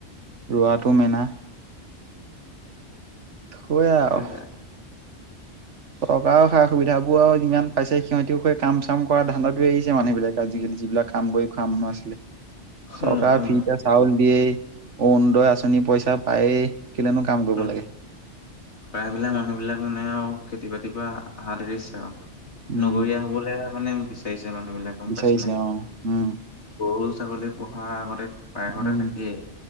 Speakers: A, on the right; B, on the left.
A: ৰোৱাটো মেনা। হয়
B: সেয়াই
A: আৱ। চৰকাৰৰ সা সুবিধাবোৰ আৱ যিমান পাইছে সিহঁতিবোৰে কাম চাম কৰা ধান্দাটো এৰিছে মানুহ বিলাকে আজিকালি যিবিলাক কাম কৰি খোৱা মানুহ আছিলে। চৰকাৰে
B: উম উম
A: ফ্ৰীতে
B: সেইটো
A: চাউল দিয়েই। অৰুণোদয় আঁচনিৰ পইচা পায়েই কেলেনো কাম কৰিব
B: উম
A: লাগে।
B: প্ৰায়বিলাক মানুহ বিলাক মানে আৱ খেতি বাতিৰ পৰা হাত এৰিছে আৱ।
A: উম
B: নগৰীয়া হ'বলৈ মানে বিচাৰিছে মানুহ বিলাকে গম পাইছা',
A: বিচাৰিছে অ', - উম',
B: গৰু ছাগলী পোহা আগতে পাইঘৰতে
A: উম
B: থাকিয়েই,